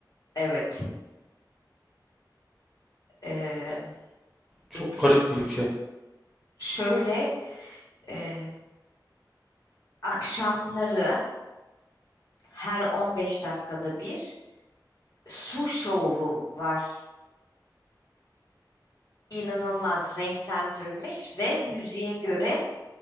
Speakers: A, on the left; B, in the centre.
A: evet. Ee,
B: Çok
A: ins-
B: garip bir ülke.
A: şöyle, e, akşamları her 15 dakikada bir su şovu var. İnanılmaz renklendirilmiş ve müziğe göre